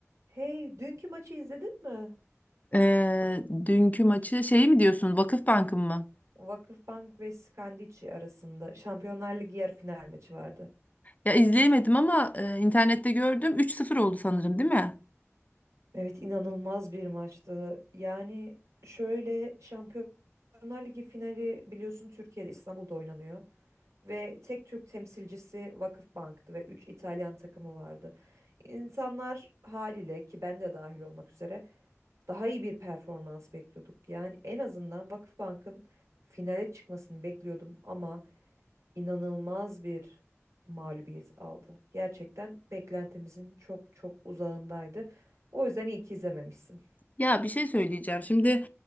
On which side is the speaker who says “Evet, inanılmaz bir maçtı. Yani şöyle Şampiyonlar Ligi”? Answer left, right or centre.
Right